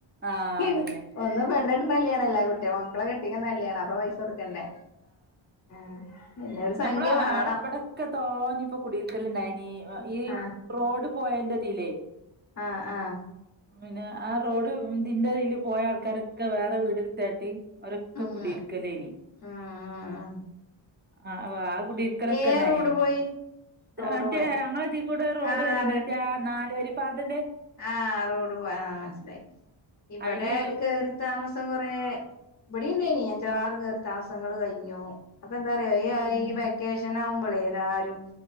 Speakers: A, on the right (about 25°); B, on the left (about 35°).
A: ആഹ്
B: ഏഹ്
A: അതന്നെ
B: ഒന്നു പെണ്ണ് എടു <unintelligible> <unintelligible> മക്കളെ കെട്ടിക്കുന്ന കല്യാ പൈസ കൊടുക്കെണ്ടേ ആഹ് പിന്നൊരു സംഖ്യ
A: നമ്മളെ
B: വേണം
A: ആ വെടൊക്കെ തോനി ഇപ്പൊ കുടിര്ക്കല്ണ്ടായ്നി ഈ
B: ആഹ്
A: റോഡ് പോയേൻ്റതിലേ
B: ആഹ് ആഹ്
A: പിന്നെ ആ റോഡ് തിന്റെ തില് പോയ ആൾക്കാരൊക്കെ വേറെ വീട് ഇട്‌ത്താട്ടി ഓലൊക്കെ
B: ഉം
A: കുടിര്ക്കലേനി
B: ഉം
A: ആഹ് വാ അ് കുഡിര്ക്കലൊക്കെണ്ടായ്നി.
B: ഏ റോഡ് പോയി
A: ത്
B: റോഡ്
A: മറ്റേ
B: പോയ
A: ഞങ്ങളെ <unintelligible> കൂടെ റോഡ്
B: ആഹ്
A: വര്ന് മറ്റേ നാല് വരിപ്പാതന്റെ
B: ആ റോഡ് പോയ മനസിലായി ഇവിടെ
A: അയില്
B: കേറി താമസം കൊറേ വടിണ്ടായിനി അഞ്ചാറ് താമസങ്ങൾ കഴിഞ്ഞു അപ്പൊ എന്താറിയോ ഈ വെക്കേഷൻ ആവുമ്പളെ എല്ലാരും